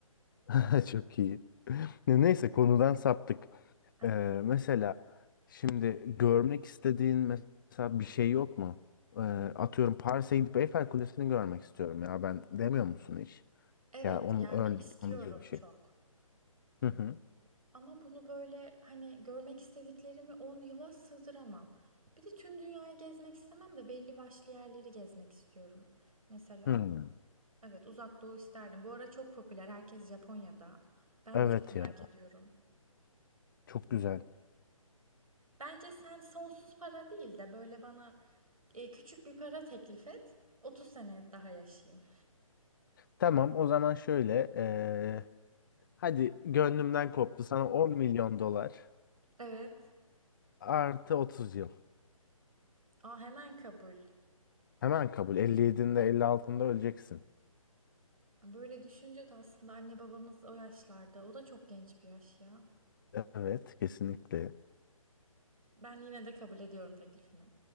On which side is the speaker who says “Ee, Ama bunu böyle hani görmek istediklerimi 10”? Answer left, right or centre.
Right